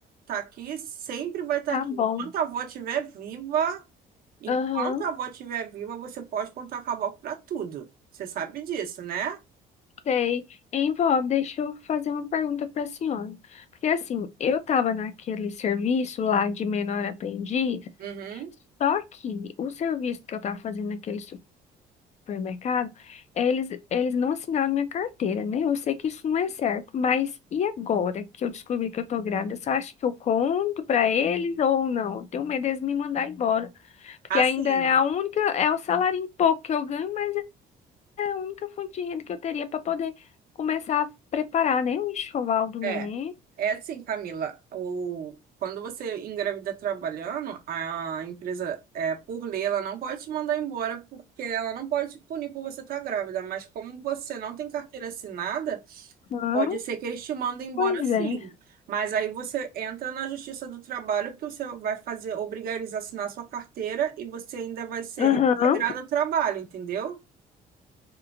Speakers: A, on the right; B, on the left.
A: tá aqui, sempre vai estar
B: tá
A: aqui.
B: bom.
A: Enquanto a avó estiver viva, enquanto
B: Aham,
A: a avó estiver viva, você pode contar com a avó para tudo. Você sabe disso, né?
B: sei. Hein, vó, deixa eu fazer uma pergunta pra senhora. Porque assim, eu tava naquele serviço lá de menor aprendiz,
A: Uhum.
B: só que o serviço que eu tava fazendo naquele supermercado, eles, eles não assinaram minha carteira, né? Eu sei que isso não é certo, mas e agora que eu descobri que eu tô grávida, você acha que eu conto pra eles ou não? Eu tenho medo deles me mandar embora, porque
A: Assim.
B: ainda é a única, é o salário em pouco que eu ganho, mas é a única fonte de renda que eu teria para poder começar a preparar, né? O enxoval do
A: É,
B: neném.
A: é assim, Camila, o, quando você engravida trabalhando, a empresa, é, por lei, ela não pode te mandar embora porque ela não pode te punir por você estar grávida, mas como você não tem carteira assinada,
B: Aham,
A: pode ser que eles te mandem embora
B: pois é.
A: sim. Mas aí você entra na Justiça do Trabalho porque você vai fazer, obrigar eles a assinar sua carteira e você ainda vai ser
B: Aham.
A: reintegrado ao trabalho, entendeu?